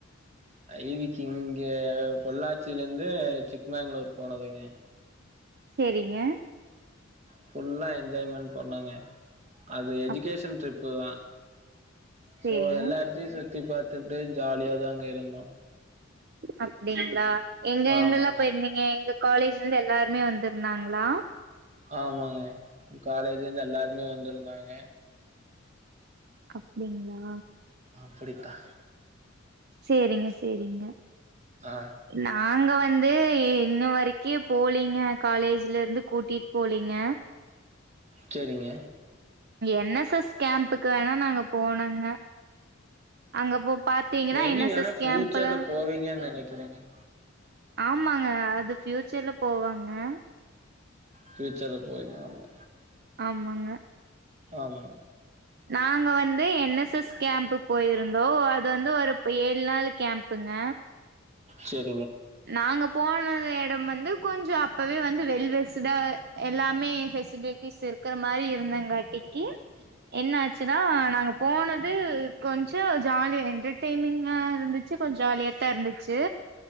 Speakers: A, on the right (about 35°); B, on the right (about 50°).
A: ஐவிக்கு இங்க பொள்ளாச்சியிலந்து சிக்மங்களூர் போனதுங்க
B: சேரிங்க
A: ஃபுல்லா என்ஜாய்மென்ட் பண்ணங்க அது எஜீகேஷ்ன்
B: அப்
A: டிரிப் புவ
B: சேரிங்க
A: சோ எல்லா எடத்தியு சுத் த்தி பாத்துட்டு ஜாலியாதாங்க இருந்தோ
B: அப்பிடிங்ளா எங்
A: ஆமாங்க
B: எங்கேலா போயிருந்தீங்க எங்க காலேஜ்லர்ந் எல்லாருமே வந் ட் இருந்தாங்ளா
A: ஆமாங்க காலேஜ்ல இருந்து எல்லாருமே வந்திருந்தாங்க
B: அப்பிடிங்ளா
A: அப்பிடிதா
B: சேரிங்க சேரிங்க
A: ஆ
B: நாங்க வந் து இன்ன வரைக்கி போலீங்க காலேஜ்லர்ந்து கூட்டிட் போலீங்க
A: சேரிங்க
B: என் எஸ் எஸ் கேம்புக்கு வேணா நாங்க போனங்க அங்க போ பாத்தீங்கன்னா
A: மேபி
B: என் எஸ்
A: வேணா
B: எஸ்
A: பிஃயூச்சர்ல
B: கேம்ப்ல
A: போவீங்கன் நெனக்கிறே எ
B: ஆமாங் க அது ஃபியூச்சர்ல போவாங் ஆ
A: ஃபியூச்சர்ல போவியீங்க ஆமா
B: ஆமாங்க
A: ஆமா
B: நாங்க வந்து என் எஸ் எஸ் கேம்புக் போயிருந்தோ அது வந்து ஒரு ஏழு நாள் கேம்ப்புங்க
A: சேரி
B: நாங்க போன எடம் வந்து கொஞ்சம் அப்பவே வந்து வெல் வெஸ்டா எல்லாமே ஃபெசிலிட்டிஸ் இருக்குற மாதிரி இருந்தேங்காட்டிக்கு என்ன ஆச்சுன்னா நாங்க போனது கொஞ்சோ ஜாலிய என்டர்டெய்மிங்கா இருந்துச்சு கொஞ்சோ ஜாலியாத்தா இருந்துச்சு